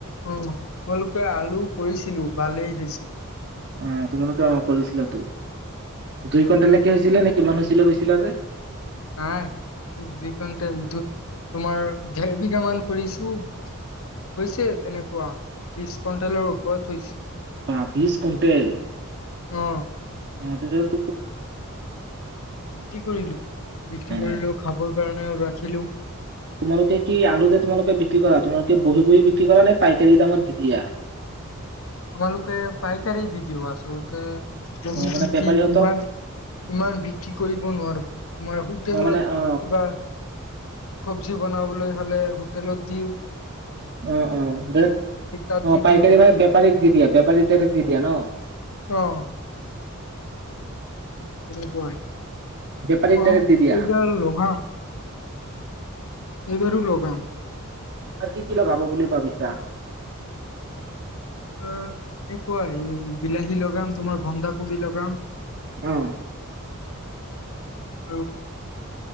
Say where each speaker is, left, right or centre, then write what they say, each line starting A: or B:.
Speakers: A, on the left; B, on the right.
A: উ, তোমালোকে আলু কৰিছিলোঁ ভালেই হৈছে।
B: অ' তোমালোকে অ' কৰিছিলাতো, দুই কুইণ্টেল নেকি হৈছিলে নে কিমান হৈছিলে কৈছিলা যে।
A: নাই দুই কুইণ্টেল দু তোমাৰ ডেৰ বিঘামান কৰিছোঁ হৈছে তেনেকুৱা বিছ কুইণ্টেলৰ ওপৰত হৈছে।
B: অ' বিছ কুইণ্টেল,
A: অ
B: অ' তেতিয়া
A: বিক্ৰী কৰিলোঁ, বিক্ৰী কৰিলোঁ
B: অ
A: খাবৰ কাৰণেও ৰাখিলোঁ।
B: তোমালোকে কি আলু যে তোমালোকে বিক্ৰী কৰা, তোমালোকে বহি বহি বিক্ৰী কৰা নে পাইকাৰীৰ দামত দি দিয়া?
A: আমালোকে পাইকাৰি দি দিওঁ, আচলতে বহি
B: অ মানে
A: বিক্ৰী
B: বেপাৰীহঁতক
A: ইমান ইমান বিক্ৰী কৰিব নোৱাৰোঁ, তোমাৰ হোটেলত
B: অ মানে
A: কিবা
B: অ
A: সবজি বনাবলৈ হ'লে হোটেলত দিওঁ।
B: অ', অ' বেলেক
A: তাত
B: অ'
A: দি
B: পাইকাৰী
A: দিও
B: মানে বেপাৰীক দি দিয়া, বেপাৰীক ডাইৰেক্ট দি দিয়া ন'?
A: অ'। তেনেকুৱাই।
B: বেপাৰীক
A: অহা,
B: ডাইৰেক্ট দি দিয়া
A: এইবাৰ লগাম। এইবাৰো লগাম।
B: আৰু কি কি লগাব বুলি ভাবিছা?
A: অ' এনেকুৱাই বিলাহী লগাম, তোমাৰ বন্ধাাকবি লগাম।
B: অ'।
A: আৰু